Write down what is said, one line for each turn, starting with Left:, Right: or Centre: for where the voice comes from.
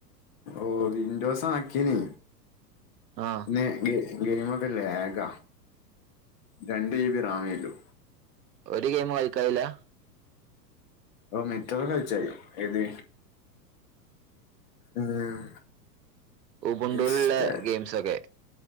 Left: ഓഹ് വിന്റോസാക്കീന്
Right: ആഹ്
Left: ന്നാ ഗെയ് ഗെയ്മൊക്കല്ലെ അയാക്ക രണ്ട് ജി റാമേള്ളൂ
Right: ഒര് ഗെയിമും ഒൾക്കായില
Left: ഓഹ് മെറ്റോ കഴ്ച്ചയ്യും ഏത് ഉം
Right: ഉബുണ്ടുള്ള
Left: ഇസ്പൺ
Right: ഗെയിംസ് ഒക്കെ